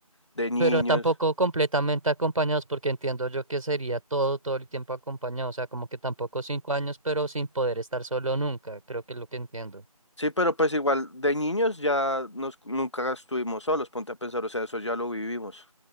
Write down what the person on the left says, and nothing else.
de niños
Sí, pero pues igual de niños ya nos, nunca estuvimos solos, ponte a pensar, o sea, eso ya lo vivimos.